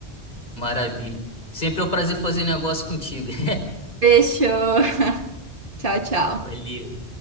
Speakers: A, on the left; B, on the right.
A: Maravilha. Sempre é um prazer fazer negócio contigo. <laughs>
B: Fechou. <laughs> Tchau, tchau.
A: Valeu.